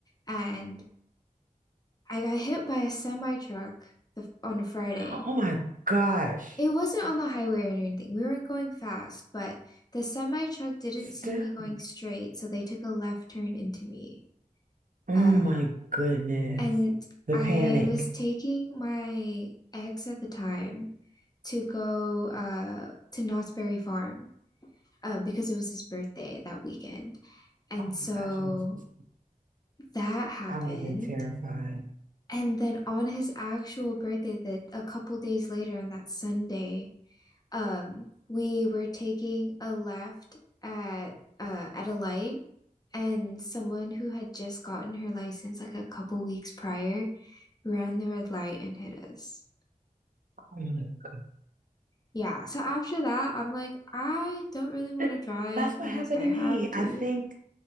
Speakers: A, on the left (about 25°); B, on the right (about 65°).
A: and I got hit by a semi truck the, on a Friday.
B: Oh, oh my gosh!
A: It wasn't on the highway or anything. We weren't going fast, but the semi truck didn't
B: Still.
A: see me going straight, so they took a left turn into me.
B: Oh
A: Uh
B: my goodness!
A: And
B: The
A: I
B: panic.
A: was taking my ex at the time to go uh, to Knott's Berry Farm uh, because it was his birthday that weekend. And
B: Oh
A: so
B: my gosh! I'm, so-
A: that happened.
B: I would have been terrified.
A: And then on his actual birthday, that a couple days later on that Sunday, um, we were taking a left at uh, at a light, and someone who had just gotten her license like a couple weeks prior ran the red light and hit us.
B: <laughs> Oh my
A: Yeah, so after that, I'm like, I don't really want
B: God.
A: to drive
B: That's what
A: unless
B: happened
A: I
B: to
A: have
B: me.
A: to.
B: I think